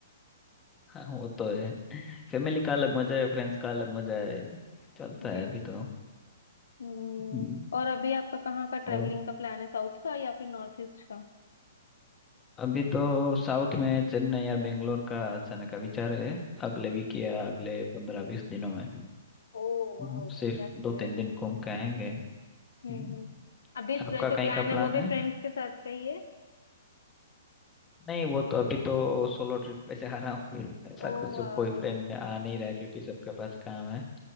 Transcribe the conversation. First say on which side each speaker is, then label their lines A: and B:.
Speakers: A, on the left; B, on the left.
A: हाँ वो तो है फैमिली का अलग मजा है फ्रेंड्स का अलग मजा है चलता है
B: जी
A: अभी
B: जी
A: तो
B: हम्म
A: हम्म,
B: और अभी आपका कहाँ का ट्रेवलिंग
A: और
B: का प्लान है साउथ का या फिर नॉर्थ ईस्ट का
A: अभी तो साउथ में चेन्नई या बेंगलोर का जाने का विचार है अगले वीक या अगले पंद्रह बीस दिनों में
B: ओह
A: हम्म,
B: वाह
A: सिर्फ
B: दैट्स
A: दो
B: ग्रेट
A: तीन दिन घूम के आएंगे हम्म,
B: हम्म हम्म। अभी
A: आपका
B: प्र- जो
A: कहीं
B: प्लान
A: का
B: है
A: प्लान
B: वो भी
A: है
B: फ्रेंड्स के साथ का ही है
A: नहीं वो तो अभी तो सोलो ट्रिप पे जा रहा हूँ हम्म। ऐसा
B: ओ
A: कुछ
B: वाह,
A: कोई फ्रेंड आ नहीं रहा है क्योंकि सबके पास काम है